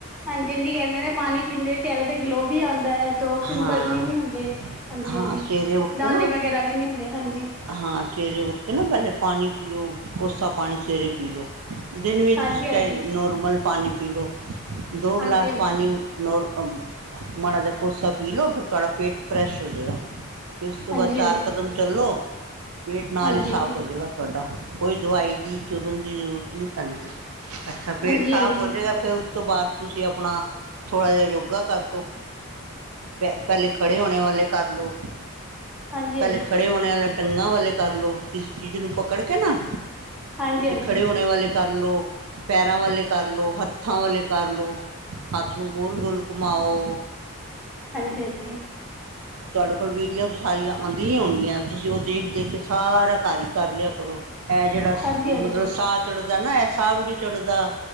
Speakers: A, in the centre; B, on the right (about 90°).
A: ਹਾਂਜੀ, ਹਾਂਜੀ ਕਹਿੰਦੇ ਨੇ ਪਾਣੀ ਪੀਂਦੇ ਚਿਹਰੇ ਤੇ ਗਲੋ ਵੀ ਆਂਦਾ ਐ। ਤੋਂ ਪਿੰਪਲ
B: ਹਾਂ
A: ਵੀ ਨੀ ਹੁੰਦੇ। ਹਾਂਜੀ,
B: ਹਾਂ
A: ਹਾਂਜੀ,
B: ਸਵੇਰੇ ਉੱਠ
A: ਦਾਣੇ
B: ਕੇ ਨਾ
A: ਵਗੈਰਾ ਵੀ ਨੀ ਹੁੰਦੇ ਹਾਂਜੀ।
B: ਹਾਂ ਸਵੇਰੇ ਉੱਠ ਕੇ ਨਾ ਪਹਿਲੇ ਪਾਣੀ ਪੀਓ, ਕੋਸਾ ਪਾਣੀ ਸਵੇਰੇ ਪੀ ਲਓ। ਦਿਨ ਵਿੱਚ
A: ਹਾਂਜੀ
B: ਤੁਸੀਂ
A: ਹਾਂਜੀ
B: ਚਾਹੇ ਨਾਰਮਲ ਪਾਣੀ ਪੀਲੋ, ਦੋ ਗਲਾਸ
A: ਹਾਂਜੀ
B: ਪਾਣੀ ਨੋਰ ਅ ਮਾੜਾ ਜ ਕੋਸਾ ਪੀ ਲਓ, ਫਿਰ ਤਾਡਾ ਪੇਟ ਫਰੈਸ਼ ਹੋ ਜਾਏਗਾ। ਫਿਰ ਸੁਬਅ
A: ਹਾਂਜੀ
B: ਚਾਰ ਕਦਮ ਚੱਲੋ, ਪੇਟ ਨਾਲ
A: ਹਾਂਜੀ
B: ਈ ਸਾਫ਼ ਹੋ ਜੇਗਾ। ਤੁਹਾਡਾ, ਕੋਈ ਦਵਾਈ ਦੀ ਚੁਰਨ ਦੀ ਜ਼ਰੂਰਤ ਨਈ ਪੈਂਦੀ, ਅੱਛਾ ਪੇਟ
A: ਹਾਂਜੀ
B: ਸਾਫ਼
A: ਹਾਂਜੀ
B: ਹੋ ਜੇਗਾ। ਫਿਰ ਉਸ ਤੋਂ ਬਾਅਦ ਤੁਸੀਂ ਆਪਣਾ, ਥੋੜ੍ਹਾ ਜਿਆ ਯੋਗਾ ਕਰ ਦਉ। ਬ ਪਹਿਲੇ ਖੜੇ ਹੋਣੇ ਵਾਲੇ ਕਰਲਓ,
A: ਹਾਂਜੀ ਹਾਂਜੀ
B: ਪਹਿਲੇ ਖੜੇ ਹੋਣੇ ਆਲੇ ਟੰਗਾਂ ਵਾਲੇ ਕਰ ਲਓ। ਚੀਜ਼ ਨੂੰ ਪਕੜ ਕੇ ਨਾ,
A: ਹਾਂਜੀ
B: ਤੇ
A: ਹਾਂਜੀ
B: ਖੜੇ ਹੋਣੇ ਵਾਲੇ ਕਰ ਲਓ। ਪੈਰਾਂ ਵਾਲੇ ਕਰ ਲਓ, ਹੱਥਾਂ ਵਾਲੇ ਕਰ ਲਓ, ਹੱਥ ਨੂੰ ਗੋਲ- ਗੋਲ ਘੁੰਮਾਓ।
A: ਹਾਂਜੀ, ਹਾਂਜੀ।
B: ਤੁਹਾਡੇ ਕੋਲ ਵੀਡੀਓ ਸਾਰੀਆਂ ਆਂਦੀਆ ਈ ਹੋਣਗੀਆਂ, ਤੁਸੀਂ ਉਹ ਦੇਖ- ਦੇਖ ਕੇ ਸਾਰਾ ਘਰ ਈ ਕਰ ਲਿਆ ਕਰੋ। ਇਹ ਜਿਹੜਾ
A: ਹਾਂਜੀ
B: ਮਤਲਬ
A: ਹਾਂਜੀ ਹਾਂਜੀ
B: ਸਾਹ ਚੜਦਾ ਨਾ, ਇਹ ਸਾਹ ਵੀ ਨੀ ਚੜਦਾ।